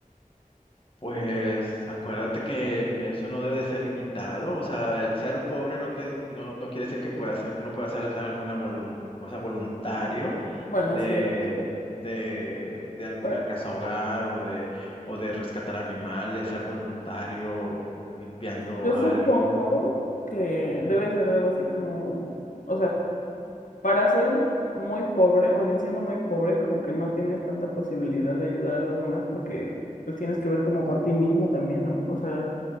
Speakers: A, on the left; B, on the left.
A: Pues acuérdate que n- eso no debe ser limitado, o sea, el ser pobre no te no, no quiere decir que pueda ser no puedas hacer alguna volun- o sea, voluntario
B: Bueno,
A: de,
B: sí, eso sí.
A: de, de alguna
B: Bueno,
A: casa hogar o de o de rescatar animales, ser voluntario limpiando
B: yo
A: algo.
B: supongo que debe ser algo así como, o sea, Para ser muy pobre, más bien siendo muy pobre, como que no tienes tanta posibilidad de ayudar a los demás porque pues tienes que ver como por ti mismo también, ¿no? O sea,